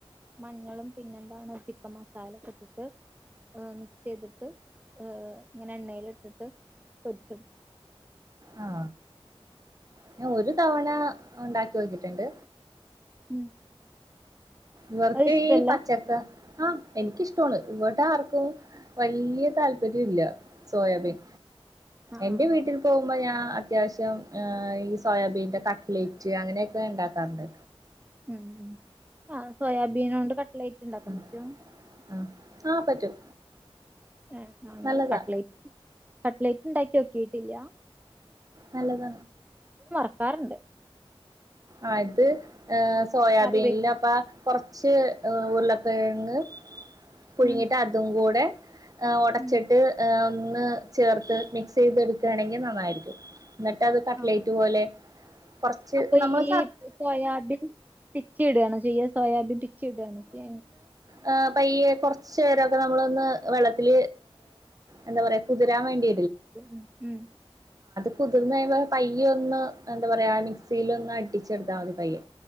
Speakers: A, on the right; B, on the right.
A: മഞ്ഞളും പിന്നെന്താന്ന ചിപ്പ മസാല ഒക്കെ ഇട്ടിട്ട് മിക്സ് ചെയ്തിട്ട് ഏയ് ഇങ്ങനെ എണ്ണൽ ഇട്ടിട്ട് പൊരിക്കും
B: ആ ഞാൻ ഒരു തവണ ഉണ്ടാക് <unintelligible> കിട്ടുണ്ട്
A: ഉം
B: ഇവർക്ക്
A: അത് ഇഷ്ടല്ല
B: ഈ പച്ചക്ക ആഹ് എനിക്കിഷ്ടമാണ് ഇവിടെ ആർക്കും വലിയ താല്പര്യം ഇല്ല സോയാബീൻ
A: ആ
B: എന്റെ
A: ആ
B: വീട്ടിൽ
A: ആ ആ.
B: പോവുമ്പോ ഞാ അ ത്യാവശ്യം അ് ഈ സോയാബീന്റെ കട്ട്ലൈറ്റ് അങ്ങനെക്കെ ഉണ്ടാക്കാറ്ണ്ട്.
A: ഉം ആഹ് സോയാബീനൊണ്ട് കട്ട്‌ലൈറ്റ്ണ്ടാക്കാൻ
B: ആഹ്
A: പറ്റോ?
B: ആഹ് ആഹ് പറ്റും
A: ഹ ങ്ങളും
B: നല്ലതാ
A: ക്കട്ട്ല കട്ട്ലേറ്റ് ഉണ്ടാക്കി നോക്കിയിട്ടില്ല
B: നല്ലത
A: കാർണ്ട്
B: ആ ഇത് സോയാബീനില്
A: കറി വെക്കും
B: അപ്പ കുറച്ച് ശേ ഉരുളൻ കിഴങ്ങ് പുഴുങ്ങിട്ട്
A: ഉം
B: അതും കൂടെ ഉടച്ചിട്ട്
A: ഉം
B: ഹെ ഒന്ന് ചേർത്ത് മിക്സി എടുക്കയാണെങ്കിൽ നന്നായിരിക്കും എന്നിട്ട് അത് കട്ട്
A: ആ
B: ലൈറ്റ് പോലെ കുറച്ച്
A: അപ്പൊ
B: നമ്മൾ
A: ഈ സോയാബിൻ പിച്ചി ഇടുകാണ് ചെയ്യ സോയാബിൻ പിച്ചി ഇടുകയാണ് ചെയ
B: അ പയ്യെ കുറച്ചു <unintelligible> നമ്മളൊന്ന് വെള്ളത്തിൽ എന്താ പറയാ കുതിരാൻ വേണ്ടി
A: ഉ ഉം
B: കുതിർന്ന പയ്യ ഒന്ന് എന്താ പറയാ മിക്സിൽ ഒന്ന് അ ടിച്ചെടുതാ മതി പയ